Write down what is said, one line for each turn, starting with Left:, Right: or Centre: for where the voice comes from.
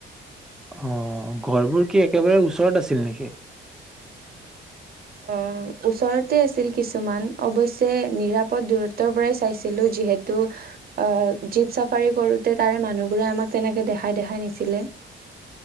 Centre: অ গঁড়বোৰ কি একেবাৰে ওচৰত আছিল নেকি?
Right: অ ওচৰতে আছিল কিছুমান, অৱশ্যে নিৰাপদ দূৰত্বৰ পৰাই চাইছিলো যিহে টো অ জীপ চাফাৰী কৰোতে তাৰে মানুহবোৰে আমাক তেনেকে দেখাই দেখাই নিছিলে।